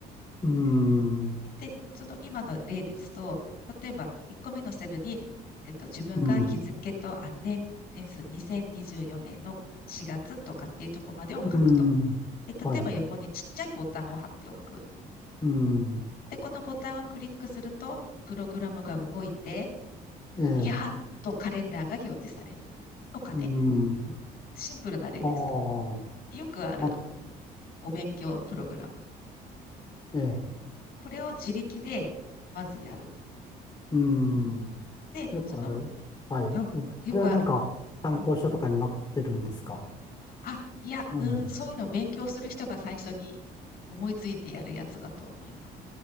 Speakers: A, on the left (about 25°); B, on the left (about 65°).
A: ーん、う
B: で、その今の例ですと、例えば1個目のセルに、えっと、自分が日付と、
A: ん、
B: あ、年、年数2024年の4月とかっていうところまでを書くと。
A: うん、
B: で、例えば横にちっちゃいボタンを貼っておく。
A: はい、うん、
B: で、このボタンをクリックすると、プログラムが動いて、
A: ええ、
B: いやーっとカレンダーが表示される。とかね、
A: うん、
B: シンプルな例です。
A: ああ、
B: よくある
A: なんか、
B: お勉強プログラム。
A: ええ、
B: これを自力でまずやる。
A: うん。
B: で、
A: よくある。
B: その、
A: はい。
B: うん、
A: それはなんか参考書とかに載ってるんですか
B: よくある。うん、あ、いや、
A: うん。
B: うん、そういうのを勉強する人が最初に思いついてやるやつだと思います。